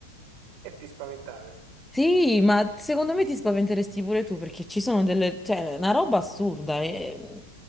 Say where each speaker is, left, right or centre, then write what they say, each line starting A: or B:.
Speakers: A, on the right; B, in the centre.
A: E ti spaventavi.
B: Sì, ma secondo me ti spaventeresti pure tu perché ci sono delle, cioè, una roba assurda e